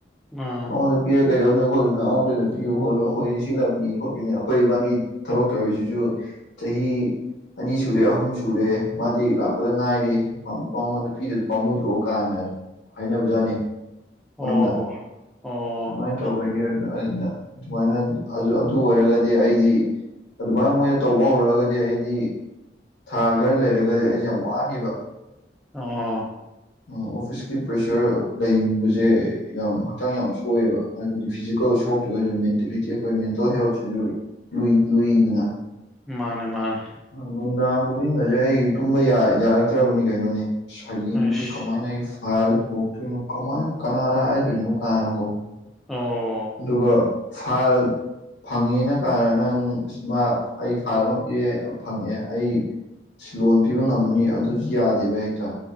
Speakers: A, in the centre; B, on the left.
A: ꯑꯥ
B: ꯃꯉꯣꯟꯗ ꯄꯤꯔ ꯀꯩꯗꯧꯗꯣꯏꯅꯣ ꯈꯣꯠꯇꯣꯏꯅꯣ ꯑꯩꯉꯣꯟꯗ ꯑꯣꯏꯅ ꯄꯤꯌꯨ ꯈꯣꯠꯂꯨ ꯑꯩꯈꯣꯏ ꯁꯤ ꯂꯝꯒꯤꯅꯝ ꯈꯣꯠꯀꯤꯅꯤ ꯑꯩꯈꯣꯏꯕꯥꯅꯤ ꯊꯕꯛ ꯇꯧꯔꯤꯁꯤꯁꯨ ꯆꯍꯤ ꯑꯅꯤ ꯁꯨꯔꯦ ꯑꯍꯨꯝ ꯁꯨꯔꯦ ꯃꯥꯗꯤ ꯂꯥꯛ ꯄꯗ ꯉꯥꯏꯔꯤ ꯃꯉꯣꯟꯗ ꯄꯤꯗꯨꯏꯗꯣ ꯄꯥꯃꯨꯗ꯭ꯔꯣ ꯀꯥꯏꯅ ꯑꯗꯨꯝ ꯍꯥꯏꯅꯕꯖꯥꯠꯅꯤ
A: ꯑꯣ
B: ꯃꯅꯨꯡꯗ
A: ꯑꯣ
B: ꯑꯗꯨꯃꯥꯏꯅ ꯇꯧꯕꯒꯤ ꯑꯗꯨ ꯑꯩꯅ ꯑꯗꯨꯃꯥꯏꯅ ꯑꯗꯨ ꯑꯣꯏꯔꯒꯗꯤ ꯑꯩꯗꯤ ꯑꯗꯨꯃꯥꯏꯅ ꯃꯣꯏꯅ ꯇꯧꯕ ꯍꯧꯔꯒꯗꯤ ꯑꯩꯗꯤ ꯊꯥ ꯈꯔ ꯂꯩꯔꯒꯗꯤ ꯑꯩꯁꯦ ꯌꯥꯝ ꯋꯥꯅꯤꯕ
A: ꯑꯣ
B: ꯑ ꯑꯣꯐꯤꯁꯀꯤ ꯄ꯭ꯔꯦꯁꯔ ꯂꯩꯕꯁꯦ ꯌꯥꯝ ꯍꯛꯆꯥꯡ ꯌꯥꯝ ꯁꯣꯛꯑꯦꯕ ꯍꯥꯏꯕꯗꯤ ꯐꯤꯖꯤꯀꯦꯜ
A: ꯎꯝ
B: ꯁꯣꯛꯇ꯭ꯔꯒꯁꯨ ꯃꯦꯟꯇꯦꯂꯤꯇꯤ ꯑꯩꯈꯣꯏ ꯃꯦꯟꯇꯦꯜ ꯍꯦꯜꯠꯁꯤꯁꯨ ꯂꯨꯏ ꯂꯨꯏꯗꯅ
A: ꯃꯥꯅꯦ ꯃꯥꯅꯦ
B: ꯅꯨꯡꯗꯥꯡ ꯈꯨꯗꯤꯡꯒꯁꯦ ꯑꯩ ꯇꯨꯝꯕ ꯌꯥ ꯌꯥꯔꯛꯇ꯭ꯔꯕꯅꯤ ꯀꯩꯅꯣꯅꯦ ꯍꯌꯦꯡꯁꯦ
A: ꯑꯁ
B: ꯀꯃꯥꯏꯅ ꯑꯩ ꯐꯥꯏꯜꯁꯦ ꯄꯨꯔꯛꯇꯣꯏꯅꯣ ꯀꯃꯥꯏꯅ ꯀꯅꯥꯗ ꯍꯥꯏꯗꯨꯏꯅꯣ ꯀꯥꯥꯟꯅ ꯀꯣ
A: ꯑꯣ
B: ꯑꯗꯨꯒ ꯐꯥꯏꯜ ꯐꯪꯉꯦꯅ ꯀꯥꯟꯅ ꯅꯪ ꯃꯥ ꯑꯩ ꯐꯥꯏꯜ ꯑꯃ ꯄꯤꯔꯦ ꯐꯪꯉꯡꯑꯦ ꯑꯩ ꯂꯣꯟ ꯄꯤꯕ ꯉꯝꯃꯅꯤ ꯑꯗꯨꯁꯨ ꯌꯥꯗꯦꯕ ꯍꯦꯛꯇ